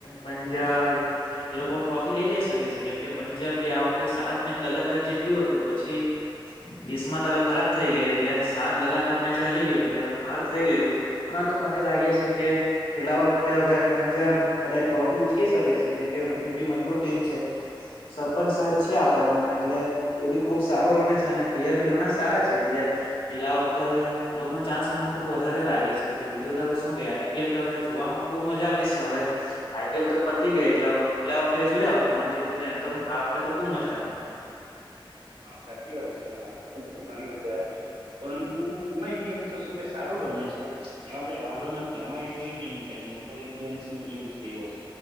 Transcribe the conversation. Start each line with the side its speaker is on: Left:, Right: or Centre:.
Left: પંજાબ એ લોકો ટ્રોફી લઇ જઈ શકે છે કેમ કે પંજાબ બી આ વખતે સાત મેચ લગાતાર જીત્યું હતું પછી કિસ્મત હવે ખરાબ થઈ ગયા એટલે સાત લગાતાર મેચ હારી ગયયોટલે એટલે હવે બહાર થઈ ગયું. પરંતુ મને લાગે છે કે પેલા વખતે હવે પંજાબ કદાચ ટ્રોફી ઉચકી શકે છે કેમ કે એ બી મજબૂર છે સરપંચ સાહેબ છે આપડા તેમાં એટલે તે બી ખુબ સારું રમે છે અને પ્લેયર બી ઘણા સારા છે એટલે પેલા વખતે હવે ચાસ મને ખબ વધ લાગે છે એલે બીજું ત શું કે આઈપીએલ તો હ જોવામાં બુબ મજા છે. હવે તો પતી ગઈ એટલે હવે પલા વખતે જોઈ જીતે એમ તો આ વખતે ખૂબ મજા
Right: હા સાચી વાત છેઈ ઘણી વે પરંતુ એમાંય બી એમ તો શું કે સારું રમે છે એમાં કઈ વાંધો નથી એમાં એવી ટીમ છે. મુંબઈ ઈન્ડિયન્સ ની ટીમ છે એ વર્ષ